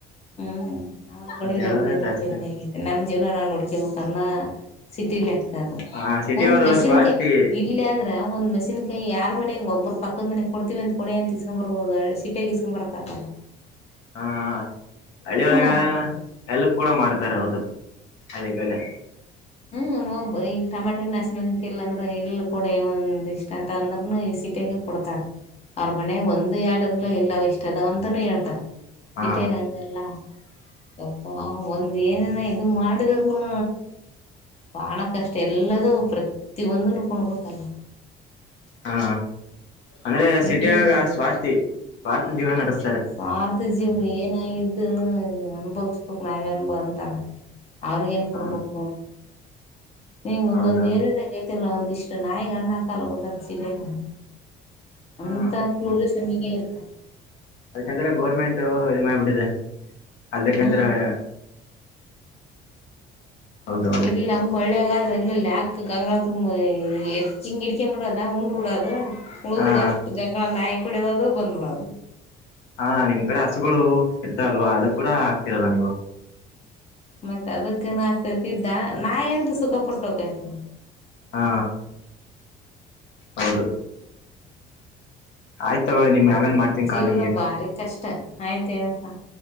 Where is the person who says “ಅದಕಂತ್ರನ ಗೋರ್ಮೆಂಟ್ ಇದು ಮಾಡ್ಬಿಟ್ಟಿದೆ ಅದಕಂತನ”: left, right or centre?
Left